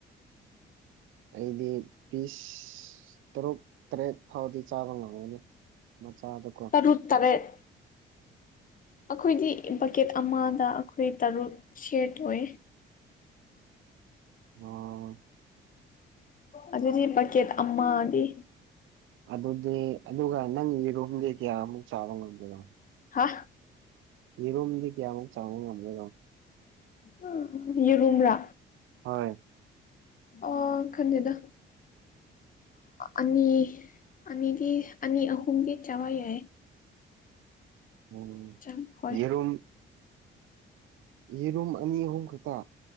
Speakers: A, on the right; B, on the left.
A: ꯑꯩꯗꯤ ꯄꯤꯁ ꯇꯔꯨꯛ ꯇꯔꯦꯠ ꯐꯥꯎꯗꯤ ꯆꯥꯕ ꯉꯝꯒꯅꯤ ꯃꯆꯥꯗꯣ
B: ꯇꯔꯨꯛ ꯇꯔꯦꯠ ꯑꯈꯣꯏꯗꯤ ꯕꯛꯀꯦꯠ ꯑꯃꯗ ꯑꯩꯈꯣꯏ ꯇꯔꯨꯛ ꯁ꯭ꯌꯤꯔ ꯇꯧꯋꯦ
A: ꯑꯣ
B: ꯑꯗꯨꯗꯤ ꯕꯀꯦꯠ ꯑꯃꯗꯤ
A: ꯑꯗꯨꯗꯤ ꯑꯗꯨꯒ ꯅꯪ ꯌꯦꯔꯨꯝꯗꯤ ꯀꯌꯥꯃꯨꯛ ꯆꯥꯕ ꯉꯝꯗꯣꯏꯅꯣ
B: ꯍꯥ
A: ꯌꯦꯔꯨꯝꯗꯤ ꯀꯌꯥꯃꯨꯛ ꯆꯥꯕ ꯉꯝꯗꯣꯏꯅꯣ
B: ꯑ ꯌꯦꯔꯨꯝꯔꯥ
A: ꯍꯣꯏ
B: ꯑ ꯈꯪꯗꯦꯗꯥ ꯑꯅꯤ ꯑꯅꯤꯗꯤ ꯑꯅꯤ ꯑꯍꯨꯝꯒꯤ ꯆꯥꯕ ꯌꯥꯏ
A: ꯎꯝ
B: ꯆꯪ ꯍꯣꯏ
A: ꯌꯦꯔꯨꯝ ꯌꯦꯔꯨꯝ ꯑꯅꯤ ꯑꯍꯨꯝ ꯈꯛꯇ